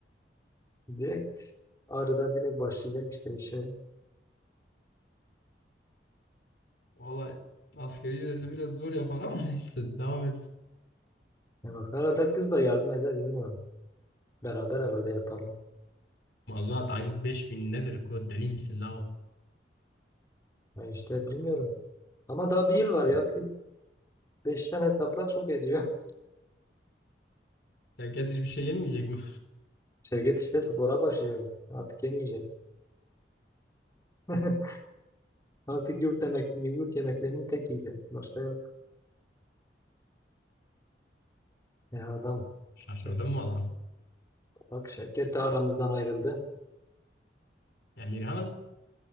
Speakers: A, on the left; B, on the left.
A: Direkt ağrıdan direkt başlayacak işte işe.
B: <laughs> Vallahi askeri ücreti biraz zor yapar ama <laughs> neyse devam et.
A: Ya bak arada kız da yardım eder bilmiyorum. Beraber herhalde yaparlar.
B: Mazuat aylık 5000 nedir ko deli misin la o?
A: Ya işte bilmiyorum. Ama daha bir yıl var ya. Bir, beşten hesapla çok ediyor.
B: Şevket hiçbir şey yemeyecek mi?
A: <laughs> Şirket işte spora başlıyor. Artık yemeyecek. <laughs> Artık yurt yemek, yurt yemeklerini tek yiyecek. Başka yok. Ya adam
B: <laughs> Şaşırdım
A: şey,
B: valla.
A: bak şirket de aramızdan ayrıldı.
B: Emirhan?